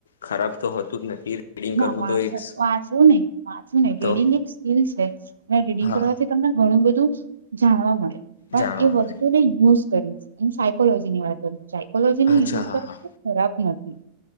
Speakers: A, on the left; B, on the right.
A: ખરાબ તો હોતું જ નથી. રીડિંગ
B: ના
A: કરવું
B: વાંચ
A: તો એક
B: વાંચવું નહી વાંચવું નહી
A: તો
B: રીડિંગ એક સ્કીિલ છે અને રીડિંગ
A: હા
B: કરવાથી તમને ઘણું બધું ધુ જાણવા મળે પણ
A: જાણવા
B: એ
A: મળે.
B: વસ્તુને યુઝ કરે છે એમ સાયકોલોજી ની વાત કરું સાયકોલોજી ને
A: અચ્છા
B: યુઝ
A: હા
B: કરવી
A: હા.
B: તે ખરાબ નથ હમ